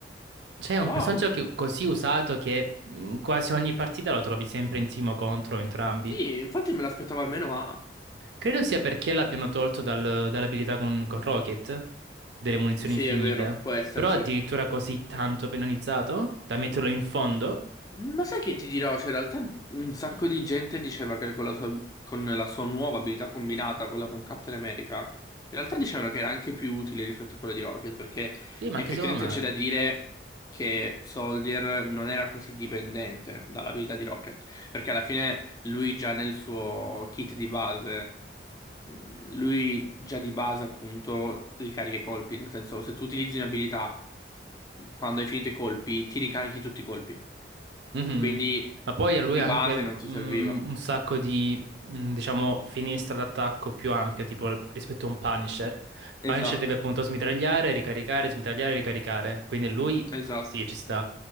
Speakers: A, on the right; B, on the left.
A: C'è un
B: Wow.
A: personaggio che- così usato che mh, quasi ogni partita lo trovi sempre in team o contro entrambi.
B: Sì, infatti me l'aspettavo almeno, ma...
A: Credo sia perché l'abbiano tolto dal- dall'abilità con, con Rocket, delle munizioni
B: Sì,
A: infinite.
B: è vero, può essere,
A: Però
B: sì.
A: addirittura così tanto penalizzato da metterlo in fondo?
B: Ma sai che ti dirò? Cioè, in realtà un sacco di gente diceva che con la sua, con la sua nuova abilità combinata, quella con Captain America, in realtà dicevano che era anche più utile rispetto a quella di Rocket, perché
A: Sì, ma
B: effettivamente
A: anche secondo me.
B: c'è da dire che Soldier non era così dipendente dall'abilità di Rocket, perché alla fine lui già nel suo kit di base, mh, lui già di base appunto ricarica i colpi, nel senso se tu utilizzi un'abilità quando hai finito i colpi, ti ricarichi tutti i colpi.
A: Mhm.
B: Quindi
A: Ma poi a
B: di
A: lui anche
B: base non ti
A: mm,
B: serviva.
A: un sacco di, mm, diciamo, finestra d'attacco più ampia, tipo l- rispetto a un Punisher.
B: Esatto,
A: Punisher deve appunto smitragliare, ricaricare, smitragliare, ricaricare. Quindi lui,
B: esatto.
A: sì, ci sta.